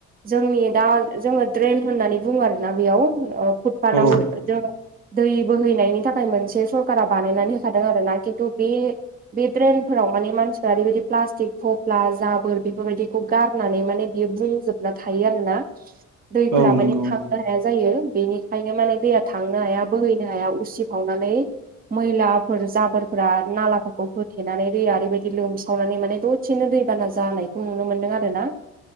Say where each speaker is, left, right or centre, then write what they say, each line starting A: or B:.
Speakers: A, on the right; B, on the right.
A: जोंनि दा जोङो देरेन होननानै बुङो आरोना बेयाव फुटफाथाव
B: औ
A: जों दै बोहैनायनि थाखाय मोनसे सरकारा बानायनानै होखादों आरोना खिन्थु बे बे ड्रेनफोराव मानसिफ्रा ओरैबादि प्लासथिक थफ्ला जाबोर बेफोरबायदिखौ गारनानै माने बियो बुंजोबना थायो आरो ना दैफोरा
B: औ नंगौ
A: माने थांनो हाया जायो। बेनिखायनो माने दैया थांनो हाया बोहैनो हाया उसिफावनानै मैलाफोर जाबोरफोरा नालाफोरखौ होथेनानै दैया ओरैबायदि लोमसावनानै माने दसेनो दै दैबाना जानायखौ नुनो मोनदों आरोना